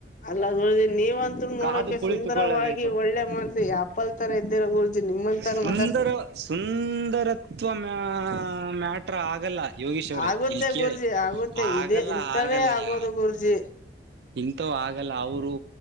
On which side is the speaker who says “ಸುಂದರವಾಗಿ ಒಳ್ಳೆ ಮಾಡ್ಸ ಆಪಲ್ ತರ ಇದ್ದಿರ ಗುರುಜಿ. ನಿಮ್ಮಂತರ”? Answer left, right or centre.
Left